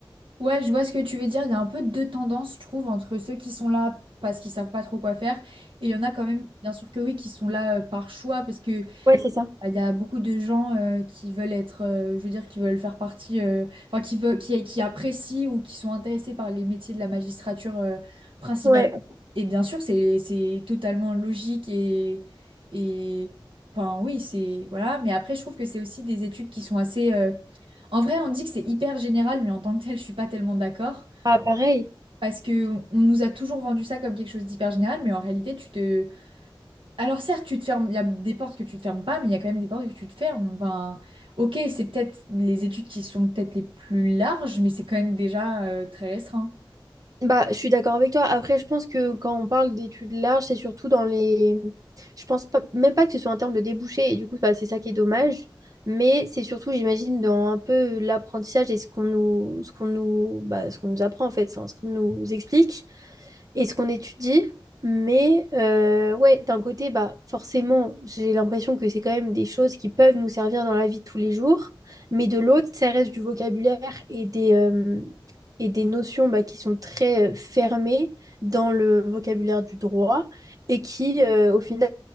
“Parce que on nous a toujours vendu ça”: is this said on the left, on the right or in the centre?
Right